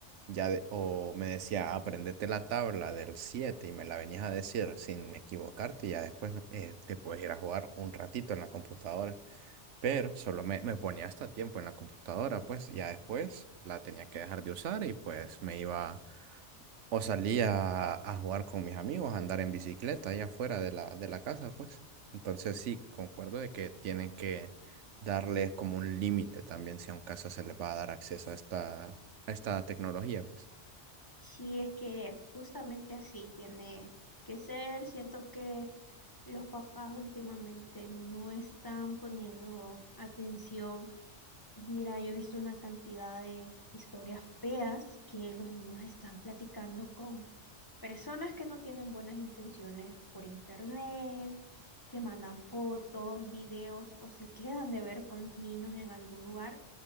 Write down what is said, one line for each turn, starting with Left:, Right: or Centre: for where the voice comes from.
Right: Ya de- o me decía, aprendete la tabla del 7 y me la venías a decir sin equivocarte y ya después eh, te puedes ir a jugar un ratito en la computadora pero solo me, me ponía hasta tiempo en la computadora, pues ya después la tenía que dejar de usar y pues me iba o salía a, a jugar con mis amigos, a andar en bicicleta allá afuera de la, de la casa, pues. Entonces sí, concuerdo de que tienen que darles como un límite también si a un caso se les va a dar acceso a esta, a esta tecnología, pues.
Left: Sí, es que justamente así tiene que ser, siento que... Los papás últimamente no están poniendo atención Mira, yo he visto una cantidad de historias feas que los niños están platicando con personas que no tienen buenas intenciones por internet, que mandan fotos, videos o se quedan de ver con los niños en algún lugar